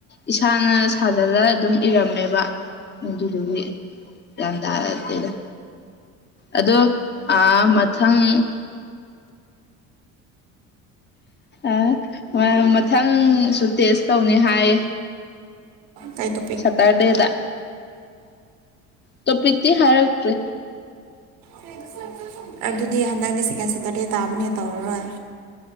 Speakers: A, on the left; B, on the right.
A: ꯏꯁꯥꯅ ꯁꯥꯖꯜꯂ ꯑꯗꯨꯝ ꯏꯔꯝꯃꯦꯕ ꯑꯗꯨꯗꯨꯒꯤ ꯒ꯭ꯌꯥꯟ ꯇꯥꯔꯗꯤꯦꯅꯦ ꯑꯗꯣ ꯑ ꯃꯊꯪ ꯑꯣꯏ ꯃꯊꯪꯁꯨ ꯇꯦꯁ ꯇꯧꯅꯤ ꯍꯥꯏꯌꯦ
B: ꯀꯥꯏ ꯇ
A: ꯁꯇꯔ ꯗꯦꯗ ꯇ ꯄꯤꯇ ꯍꯥꯏꯔꯛꯇ꯭ꯔꯦ
B: ꯊꯦꯡꯀ꯭ꯌꯨ ꯁꯣ ꯃ ꯑꯗꯨꯗꯤ ꯍꯟꯗꯛꯇ ꯁꯦꯀꯦꯟ ꯁꯦꯇꯔꯗꯦ ꯇꯥꯕꯅꯦ ꯇꯧꯔꯔꯣꯏ